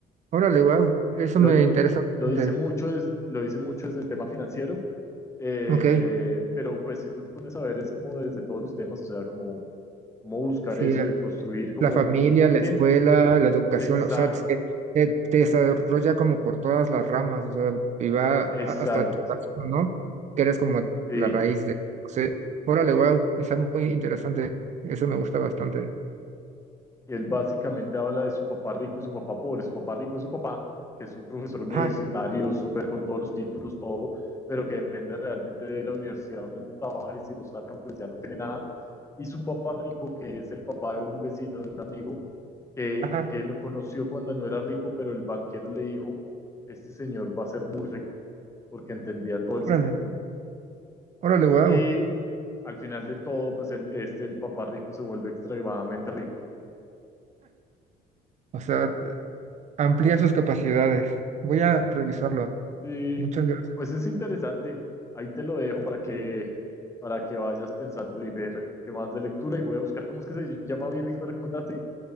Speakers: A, on the right (about 45°); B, on the left (about 15°).
A: Órale, wow, eso
B: Lo,
A: me
B: di-
A: interesa
B: lo
A: bastante.
B: dice mucho, es, lo dice mucho desde el tema financiero Eh,
A: Ok,
B: pero pues si tú te pones a ver es como desde todos los temas, o sea, como, como buscar
A: sí,
B: eso y construir como...
A: La familia, la
B: sí,
A: escuela, la educación,
B: Exacto,
A: o sea, se- eh, te desarrolla
B: exacto,
A: como por todas las ramas, o sea, y va a-
B: exacto.
A: hasta tu corazón, ¿no? Que eres como
B: Sí.
A: la raíz de, o sea, órale, wow, está muy interesante, eso me gusta bastante.
B: Él básicamente habla de su papá rico y su papá pobre. Su papá rico es su papá, que es un profesor universitario,
A: Ajá,
B: súper con todos los títulos, todo, pero que depende realmente de la universidad donde él trabaja y si lo sacan, pues ya no tiene nada. Y su papá rico, que es el papá de un vecino, de un amigo, que,
A: ajá,
B: que lo conoció cuando no era rico, pero el banquero le dijo, este señor va a ser muy rico, porque entendía todo el
A: órale,
B: sistema.
A: órale, wow,
B: Y al final de todo, pues el, este, el papá rico se vuelve extremadamente rico.
A: o sea, amplía sus capacidades. Voy a revisarlo,
B: Y
A: muchas gracias.
B: pues es interesante. Ahí te lo dejo para que, para que vayas pensando y ver qué más de lectura. Y voy a buscar, ¿cómo es que se llama bien el que me recomendaste?